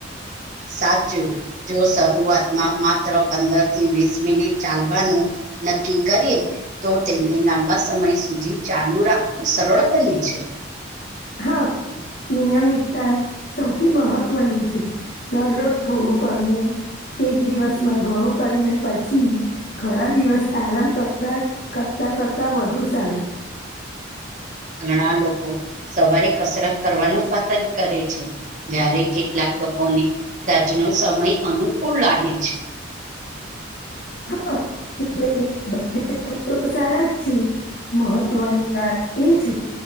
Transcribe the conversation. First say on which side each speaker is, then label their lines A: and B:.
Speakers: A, on the right (about 40°); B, on the left (about 50°).
A: સાચું. જો શરૂઆતમાં માત્ર પંદર થી વીસ મિનિટ ચાલવાનું નક્કી કરીએ. તો તેને લાંબા સમય સુધી ચાલુ રાખવું સરળ બને છે.
B: હા નિયમિતતા સૌથી મહત્વની છે. દરરોજ થોડું કરવું એક દિવસમાં ઘણું કરીને પછી ઘણા દિવસ આરામ કરતા કરતા કરતા વધુ સારું.
A: ઘણા લોકો સવારે કસરત કરવાનું પસંદ કરે છે. જ્યારે કેટલાક લોકોને સાંજ નો સમય અનુકૂળ લાગે છે.
B: હા એટલે બધે સારા જ છે મહત્વની વાત એ છે